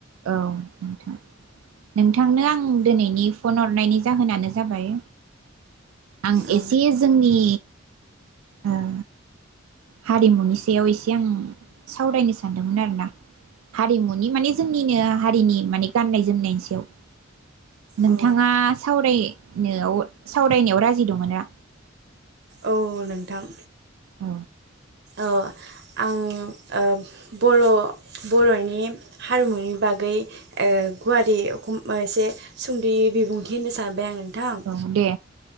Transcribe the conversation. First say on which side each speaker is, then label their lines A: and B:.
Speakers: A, on the right; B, on the right.
A: औ नोंथां नोंथांनो आं दिनैनि फन हरनायनि जाहोनानो जाबाय आं
B: औ
A: एसे जोंनि ओ हारिमुनि सायाव एसे आं सावरायनो सानदोंमोन आरोना हारिमुनि माने जोंनिनो हारिनि माने गाननाय जोमनायनि सायाव नोंथाङा
B: अ
A: सावराय नायाव -सावरायनायाव राजि दंङोना?
B: औ नोंथां
A: औ
B: औ आं ओ बर' बर'नि हारिमुनि बागै ओ गुवारै एसे सुंद'यै बिबुंथि होननो सानबाय आं नों नोंथां ओ
A: औ दे